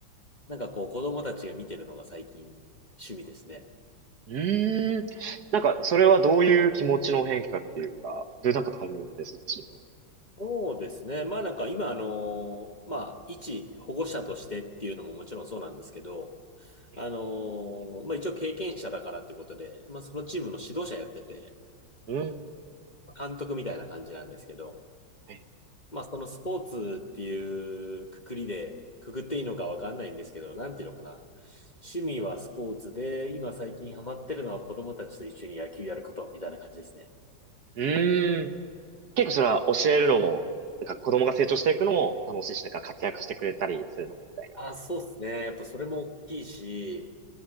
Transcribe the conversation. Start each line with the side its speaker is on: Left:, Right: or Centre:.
Left: なんかこう、子供たちが見てるのが最近趣味ですね。
Right: うーん。なんか、それはどういう気持ちの変化っていうか、どういうなんかタイミングでそっちの方に。
Left: そうですね。まあなんか今あの、まあ一保護者としてっていうのももちろんそうなんですけど、
Right: ええ
Left: あの、まあ一応経験者だからってことで、まあそのチームの指導者やってて、
Right: うーん。
Left: 監督みたいな感じなんですけど、
Right: ええ
Left: まあそのスポーツっていうくくりで、くくっていいのかわかんないんですけど、なんていうのかな。趣味はスポーツで、今最近ハマってるのは子供たちと一緒に野球やることみたいな感じですね。
Right: うーん。結構それは教えるのも、なんか子供が成長していくのも楽しいし、なんか活躍してくれたりするのもみたいな。
Left: あ、そうですね。やっぱそれも大きいし、